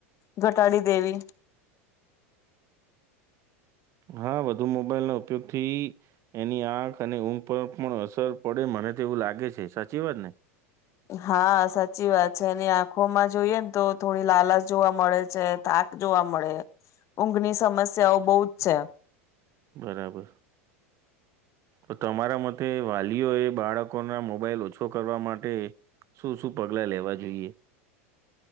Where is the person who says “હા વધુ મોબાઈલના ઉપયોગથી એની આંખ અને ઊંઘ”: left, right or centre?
Right